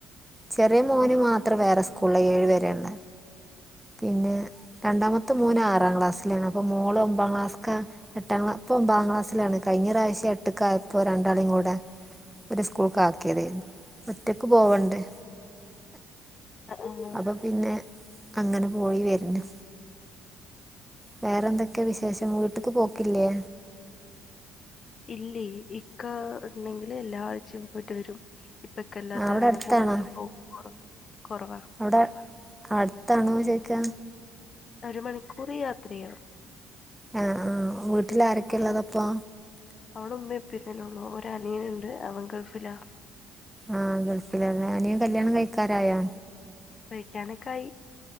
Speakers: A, in the centre; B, on the left.
A: ചെറിയ മോന്
B: ആഹ്
A: മാത്രം വേറെ സ്കൂളില ഏഴു വരെള്ള പിന്നെ രണ്ടാമത്തെ മോന് ആറാം ക്ലാസ്സിലാണ് അപ്പൊ മോള് ഒമ്പാം ക്ലാസ്ക്ക എട്ടാം ക്ലാ ഇപ്പൊ ഒമ്പാം ക്ലാസിലാണ് കഴിഞ്ഞ പ്രാവശ്യം എട്ട്ക്കായപ്പോ രണ്ടാളേും കൂടെ ഒരു സ്കൂൾക്ക് ആക്കിയതെന്നു ഒറ്റക്ക് പോവണ്ടേ
B: ആഹ്
A: അപ്പൊ പിന്നെ അങ്ങനെ പോയി വര്ന് വേറെന്തൊക്കെയാ വിശേഷം വീട്ട്ക്ക് പോക്കില്ലേ
B: ഇല്ലേ ഇക്ക ഉണ്ടെങ്കിൽ എല്ലാ ആഴ്ച്ചയും പോയിട്ട് വരും ഇപ്പം ഇക്ക ഇല്ലാത്ത
A: അവിടെ
B: കാരണം
A: അടുത്താണോ
B: കൂടുതലും പോക്ക് കുറവാ
A: അവിടെ അടുത്താണോ ചോയ്ക്കാ
B: ഒരു മണിക്കൂർ കുറേ യാത്രയാണ്
A: ആ ആ വീട്ടിൽ ആരൊക്കെ
B: ഉം
A: ഉള്ളതപ്പോ
B: അവടെ ഉമ്മയും ഉപ്പയും തന്നെള്ളൂ ഒര് അനിയനുണ്ട് അവൻ ഗൾഫിലാണ്
A: ആഹ് ഗൾഫിലാല്ലേ അനിയൻ കല്യാണം കഴിക്കാറായാ
B: കഴിക്കാനൊക്കെ ആയി